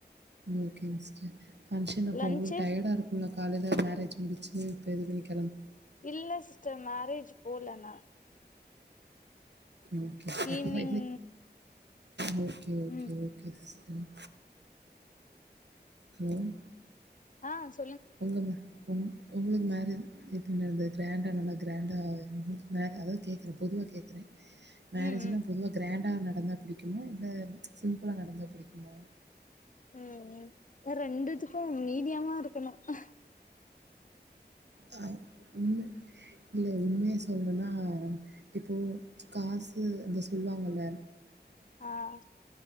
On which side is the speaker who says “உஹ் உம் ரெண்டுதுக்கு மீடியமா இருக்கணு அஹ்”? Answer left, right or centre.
Left